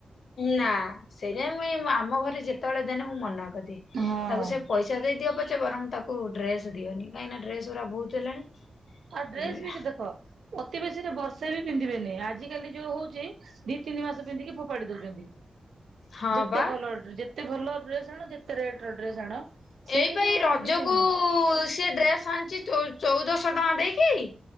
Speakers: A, on the left (about 75°); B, on the right (about 80°).
A: ନା ସେଇଟ ମୁଇଁ ଆମ ଘରେ ଯେତେବେଳେ ଦେନେ ମୁଁ ମନା କରେ।
B: ହଁ।
A: ତାକୁ ସେ ପଇସା ଦେଇଦିଅ ପଛେ। ପଛେ ବରଂ ତାକୁ ଡ୍ରେସ ଦିଅନ କାହିଁକିନା ଡ୍ରେସ ଗୁଡ଼ା ବହୁତ ହେଲାଣି।
B: ଆଉ ଡ୍ରେସ
A: ଏଇଭଳିଆ
B: ବି ଦେଖ ଅତି ବେଶୀରେ ବର୍ଷେ ସେ ବି ପିନ୍ଧିବେନି ଆଜିିକାଲି ଯୋଉ ହଉଛି ଦି ତିନି ମାସ ପିନ୍ଧିକି ଫୋପାଡି ଦଉଛନ୍ତି।
A: ହଁ
B: ଯେତେ
A: ବା
B: ଭଲ ଡେ ଯେତେ ଭଲ ଡ୍ରେସ ଆଣ ଯେତେ ରେଟ ର ଡ୍ରେସ ଆଣ। ସେଇ
A: ଏଇପାଇ
B: ଯୋଉ
A: ରଜକୁ
B: ଦି ତିନି ମାସ
A: ସିଏ ଡ୍ରେସ ଆଣିଛି ଚଉ ଚଉଦଶହ ଟଙ୍କା ଦେଇକି।